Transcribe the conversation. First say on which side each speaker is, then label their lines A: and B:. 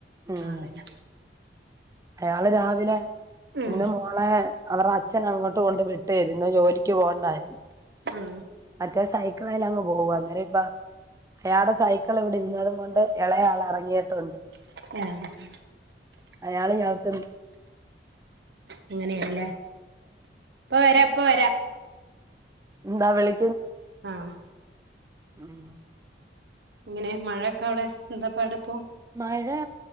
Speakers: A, on the right (about 20°); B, on the right (about 70°).
A: ഉം
B: ആറില
A: അയാള് രാവിലെ
B: ഉം
A: ഇന്ന് മോളേ അവർരെ അച്ഛൻ അങ്ങോട്ട് കൊണ്ട് വിട്ടു ട്ടര്ന് ജോലിക്ക് പോണ്ടായിരുന്നു
B: മ്
A: മറ്റേ സൈക്കളിലങ്ങ് പോവായിരുന്നു ഇപ്പ അയാള്ടെ സൈക്കിൾ ഇവിടെ ഇരുന്നത് കൊണ്ട് എളെയാള് എറങ്ങീട്ടുണ്ട്
B: മ്
A: അയാള് ചവിട്ടും
B: അങ്ങനെയേലെ ഇപ്പവരാ ഇപ്പവരാ
A: ന്താ വിളി
B: ആ
A: ഉം
B: ഇങ്ങനെ മഴയൊക്കെഅവിടെ എന്താ പാടുപ്പോ
A: മഴ